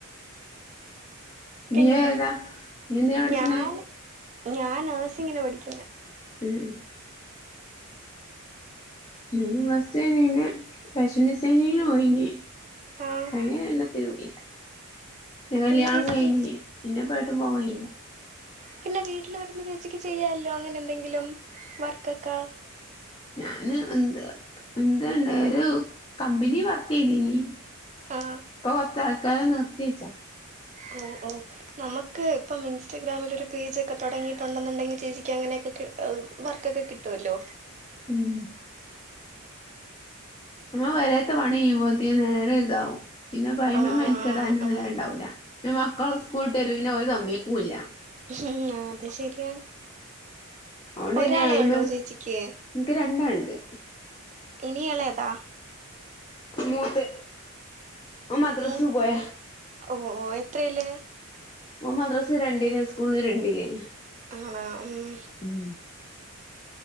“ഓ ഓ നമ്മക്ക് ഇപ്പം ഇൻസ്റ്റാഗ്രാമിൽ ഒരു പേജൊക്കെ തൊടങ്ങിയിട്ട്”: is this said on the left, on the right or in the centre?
Right